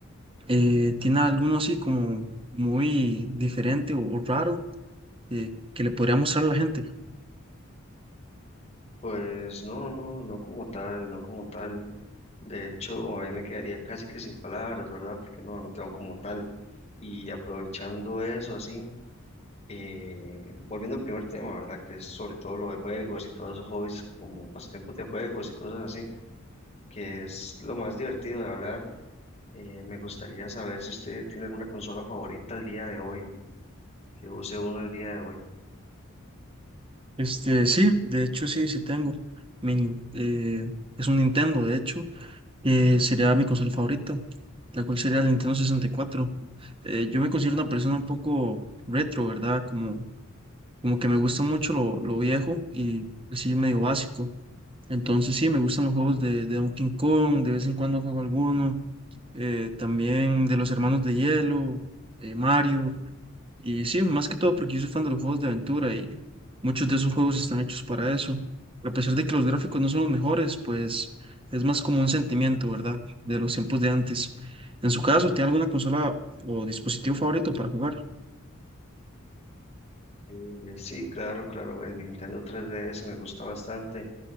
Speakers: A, on the right (about 25°); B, on the left (about 30°).
A: eh, ¿tiene alguno así como muy diferente o, o raro eh, que le podría mostrar a la gente?
B: Pues no, no, no como tal, no como tal. De hecho, ahí me quedaría casi que sin palabras, ¿verdad? Porque no, no tengo como tal. Y aprovechando eso, así, eh, volviendo al primer tema, ¿verdad? Que es sobre todo lo de juegos y todos esos hobbies como pasatiempos de juegos y cosas así, que es lo más divertido de hablar Eh, me gustaría saber si usted tiene alguna consola favorita al día de hoy, que use una al día de hoy.
A: Este, sí, de hecho sí, sí tengo. Mi nin- eh, es un Nintendo, de hecho, eh, sería mi consola favorita, la cual sería el Nintendo 64. Eh, yo me considero una persona un poco retro, ¿verdad? Como Como que me gusta mucho lo, lo viejo y porque sí, medio básico. Entonces sí, me gustan los juegos de, de Donkey Kong, de vez en cuando juego alguno. eh, también de los Hermanos de Hielo, eh, Mario. Y sí, más que todo porque yo soy fan de los juegos de aventura y muchos de esos juegos están hechos para eso. A pesar de que los gráficos no son los mejores, pues es más como un sentimiento, ¿verdad? De los tiempos de antes. En su caso, ¿tiene alguna consola o dispositivo favorito para jugar?
B: Eh, sí, claro, claro, el Nintendo 3DS me gusta bastante